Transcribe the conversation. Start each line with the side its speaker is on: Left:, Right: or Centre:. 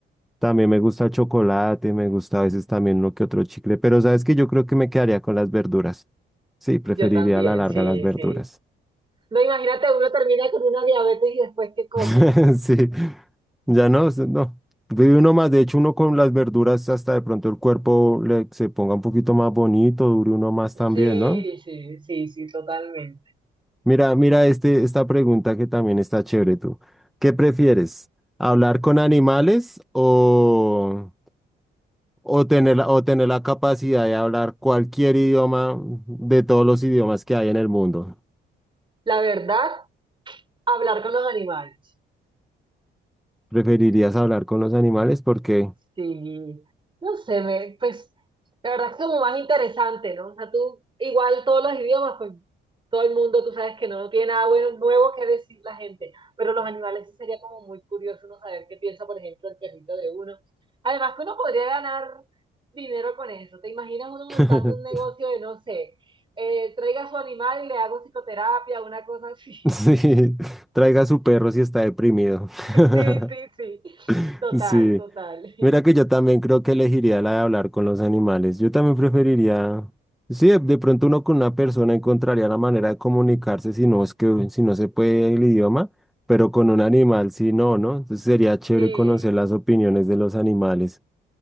Centre: También me gusta el chocolate, me gusta a veces también uno que otro chicle, pero sabes que yo creo que me quedaría con las verduras. Sí, preferiría
Right: Yo también,
Centre: a la larga
Right: sí,
Centre: las verduras.
Right: sí. No, imagínate, uno termina con una diabetes y después que come.
Centre: <laughs> Sí, ya no, s- no. Vive uno más, de hecho uno con las verduras hasta de pronto el cuerpo le, se ponga un poquito más bonito, dure uno más también,
Right: Sí,
Centre: ¿no?
Right: sí, sí, sí, totalmente.
Centre: Mira, mira este, esta pregunta que también está chévere tú. ¿Qué prefieres? ¿Hablar con animales o... O tener, la- o tener la capacidad de hablar cualquier idioma de todos los idiomas que hay en el mundo.
Right: La verdad, hablar con los animales.
Centre: ¿Preferirías hablar con los animales? Porque
Right: Sí, no sé, me, pues la verdad es como más interesante, ¿no? O sea, tú, igual todos los idiomas, pues todo el mundo, tú sabes que no tiene nada bueno, nuevo que decir la gente, pero los animales sí sería como muy curioso uno saber qué piensa, por ejemplo, el perrito de uno. Además que uno podría ganar dinero con eso. ¿Te imaginas uno montando
Centre: <laughs>
Right: un negocio de, no sé, eh, traiga su animal y le hago psicoterapia, una cosa así?
Centre: sí, traiga a su perro si está deprimido.
Right: <laughs>
Centre: <laughs>
Right: Sí, sí, sí. Total,
Centre: Sí,
Right: total.
Centre: mira que
Right: <laughs>
Centre: yo también creo que elegiría la de hablar con los animales. Yo también preferiría, sí, de, de pronto uno con una persona encontraría la manera de comunicarse si no es que si no se puede el idioma, pero con un animal sí no, ¿no? Entonces sería chévere
Right: Sí.
Centre: conocer las opiniones de los animales.